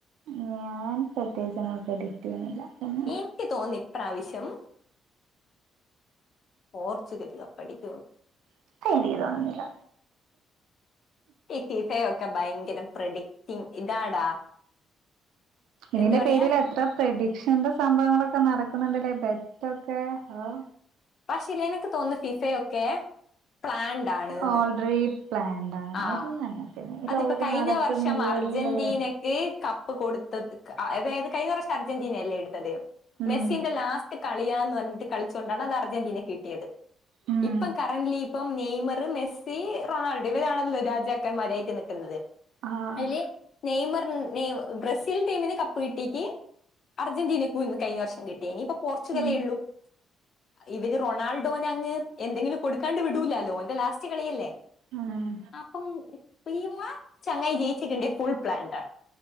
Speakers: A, on the right (about 80°); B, on the left (about 55°).
A: ഞാൻ പ്രത്യേകിച്ച് നമുക്ക് പ്രടിക്ട് ചെയ്യുന്നില്ല പിന്നെ
B: എനിക്ക് തോന്നി ഇപ്രാവശ്യം പോർച്ചുഗല കപ്പാടിക്കുന്നു
A: ഇപ്പം എനിക്ക് തോന്നുന്നില്ല
B: ഈ ഫിഫയൊക്കെ ഭയങ്കര പ്രഡിറ്റിങ് ഇതാടാ
A: ഇതിന്റെ
B: എന്താ പറയാ
A: പേരിൽ എത്ര പ്രഡി പക്ഷേ എന്റെ സംഭവങ്ങളൊക്കെ നടക്കുന്നുണ്ടല്ലേ ബെറ്റർ പക്ഷേ ആ
B: പക്ഷെ ഇല്ല എനിക്ക് തോന്നുന്നു ഫിഫയൊക്കെ പ്ലാൻഡ് ആണ്ന്ന്
A: ഓൾറെഡി പ്ലാൻഡ് ആണ്
B: ആ
A: എല്ലാം അങ്ങനെ തന്നെ ഈ
B: അതിപ്പ
A: ലോകത്ത്
B: കഴിഞ്ഞ
A: നടക്കുന്ന
B: വർഷം
A: ഈ
B: അർജന്റീനക്ക്
A: എല്ലത്
B: കപ്പ് കൊടുത്തത് ആ അതായത് കഴിഞ്ഞ പ്രാവശൃം അർജന്റീനയല്ലേ എടുത്തത്
A: ഉം
B: മെസ്സീന്റെ ലാസ്റ്റ് കളിയാന്ന് പ ഇതിനാത്ത് കളിച്ചോണ്ടാണ് അത് അർജന്റീനക്ക് കിട്ടിയത്
A: ഉം
B: ഇപ്പം കറണ്ട്ലി ഇപ്പം നെയ്മർ മെസ്സി റൊണാൾ ഇവരാണല്ലോ രാജാക്കൻ മാരായിറ്റ് നിൽക്കുന്നത്
A: ആഹ്
B: അല്ലേ നെയ്മർ മ് നീവ് ബ്രസീൽ ടീമിന് കപ്പ് പീട്ടിക്ക് അർജന്റീനക്കുന്ന് കഴിഞ്ഞ വർഷം കിട്ടിയ ഇനിയിപ്പോ പോർച്ചുഗലേ
A: ഉം
B: ഉള്ളൂ ഇവര് റൊണാൾഡോന് അങ്ങ് എന്തെങ്കിലും കൊടുക്കാണ്ട് വിടൂല്ലാലോ എന്റെ ലാസ്റ്റ് കളിയല്ലേ
A: ഉം
B: അപ്പം പെയ്യുമ്മ ച ചങ്ങായി ജയിച്ചിട്ടണ്ട് ഫുൾ പ്ലാൻഡ് ആണ്